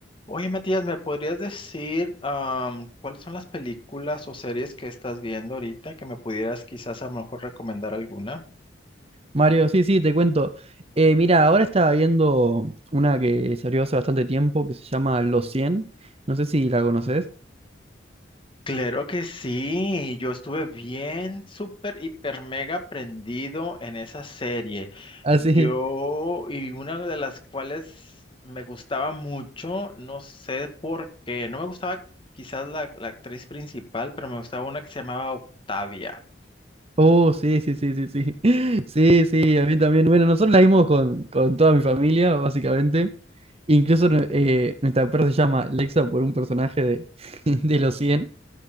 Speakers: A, on the left (about 25°); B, on the right (about 30°).
A: Oye, Matías, ¿me podrías decir am, cuáles son las películas o series que estás viendo ahorita que me pudieras quizás a lo mejor recomendar alguna?
B: Mario, sí, sí, te cuento. Eh, mira, ahora estaba viendo una que salió hace bastante tiempo que se llama Los cien No sé si la conoces. <laughs>
A: Claro que sí, yo estuve bien, súper, hiper, mega prendido en esa serie.
B: Ah,
A: Yo,
B: sí.
A: y una de las cuales me gustaba mucho, no sé por qué, no me gustaba quizás la, la actriz principal, pero me gustaba una que se llamaba Octavia.
B: Oh, sí, sí, sí, sí, sí. <laughs> Sí, sí, a mí también. Bueno, nosotros la vimos con, con toda mi familia, básicamente. Incluso eh, nuestra perra se llama Lexa por un personaje de, <laughs> de Los cien